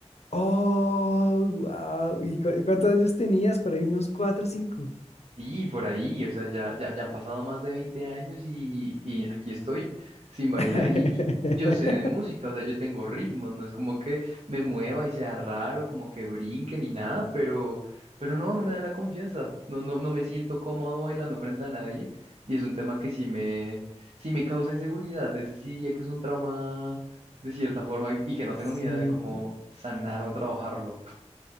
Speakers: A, on the left (about 65°); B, on the right (about 65°).
A: Oh, wow. ¿Y cu- cuántos años tenías? Por ahí unos cuatro o cinco.
B: Sí, por ahí, o sea, ya, ya, ya han pasado más de 20 años y, y aquí estoy sin bailar
A: <laughs>
B: y, y- y yo sé de música, o sea, yo tengo ritmo, no es como que me mueva y sea raro, como que brinque ni nada, pero, pero no, no me da la confianza, no, no, no me siento cómodo bailando frente a nadie y es un tema que sí me, sí me causa inseguridad, es decir, diría que es un trauma de cierta forma y y que no
A: Sí.
B: tengo ni idea de cómo sanar o trabajarlo.